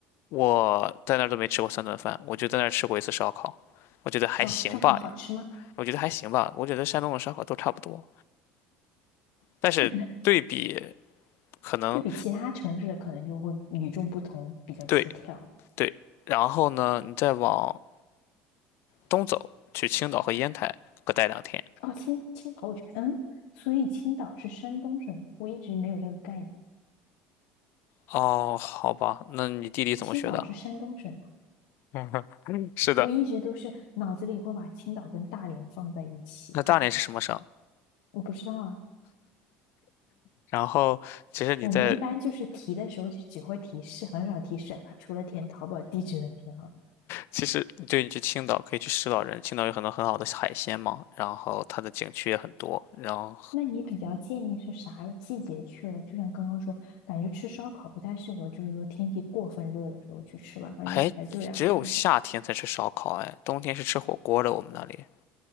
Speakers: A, on the left; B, on the left.
A: 我在那儿都没吃过三顿饭，我就在那儿吃过一次烧烤，我觉得还行吧，
B: 烧烧烤好吃吗？
A: 我觉得还行吧，我觉得山东的烧烤都差不多，但是对比
B: <laughs>
A: 可能
B: 对比其他城市的可能就会与众不同，比较出挑。
A: 对对，然后呢，你再往东走去青岛和烟台各待两天。
B: 哦，青青岛，我觉得，嗯，所以青岛是山东省，我一直没有这个概念。
A: 哦，好吧，那你地理怎么学的？
B: 青岛是山东省的，
A: <laughs> 是的，
B: 我一直都是脑子里会把青岛跟大连放在一起，
A: 那大连是什么省？
B: 我不知道啊。
A: 然后，其实你在，
B: 我们一般就是提的时候就只会提市，很少提省吧，除了填淘宝地址的时候。
A: 其实对你去青岛可以去石老人，青岛有很多很好的海鲜嘛，然后它的景区也很多，然后
B: 那你比较建议是啥个季节去嘞？就像刚刚说，感觉吃烧烤不太适合，就是说天气过分热的时候去吃吧，感觉排队啊什么什么。
A: 还只有夏天才吃烧烤，哎，冬天是吃火锅的，我们那里